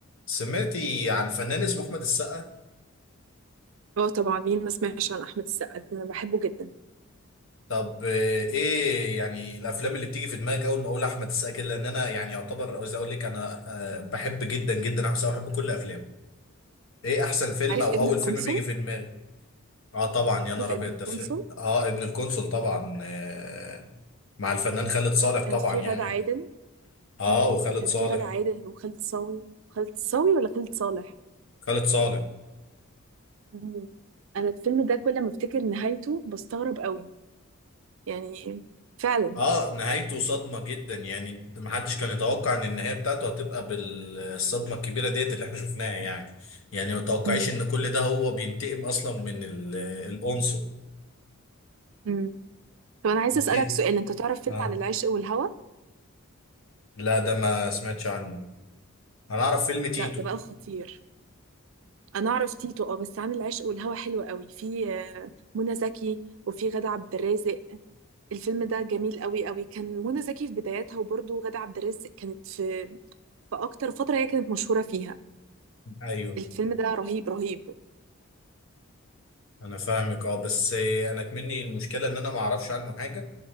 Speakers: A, on the left; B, on the right.
A: سمعتي عن فنان اسمه احمد السقا
B: اه طبعا مين ما سمعش عن احمد السقا ده انا بحبه جدا
A: طب آه، ايه يعني الافلام اللي بتيجي في دماغك اول ما اقول احمد السقا كده لان انا يعني يعتبر عاوز اقول لك انا آه، بحب جدا جدا احمد السقا بحب كل افلامه ايه احسن فيلم
B: عارف
A: او
B: ابن
A: اول
B: القنصل
A: فيلم بيجي في دماغك اه طبعا يا
B: عارف
A: نهار ابيض
B: ابن القنصل
A: ده فيلم اه ابن القنصل طبعا آه مع الفنان خالد صالح طبعا
B: كان في غادة
A: يعني
B: عادل
A: اه
B: مم.
A: وخالد
B: كان
A: صالح
B: في غادة عادل وخالد صاوي خالد صاوي ولا خالد صالح
A: خالد صالح
B: مم. انا الفيلم ده كل ما افتكر نهايته بستغرب قوي يعني فعلا
A: اه نهايته صدمة جدا يعني محدش كان يتوقع ان النهاية بتاعته هتبقى بالصدمة الكبيرة ديت اللي احنا شفناها يعني يعني ما توقعيش
B: مم.
A: ان كل ده هو بينتقم اصلا من ال- القنصل
B: مم. طب انا عايزه
A: انت
B: اسالك سؤال انت تعرف فيلم
A: اه
B: عن العشق والهوى
A: لا ده ما سمعتش عنه انا اعرف فيلم تيتو
B: لا ده بقى خطير انا اعرف تيتو اه بس عن العشق والهوى حلو قوي في آه، منى زكي وفي غادة عبد الرازق الفيلم ده جميل قوي قوي كان منى زكي في بداياتها وبرضه غادة عبد الرازق كانت في في اكتر فتره هي كانت مشهوره فيها
A: ايوه
B: الفيلم ده رهيب رهيب
A: انا فاهمك اه بس آه، انا كمني المشكلة ان انا ما اعرفش عنه حاجة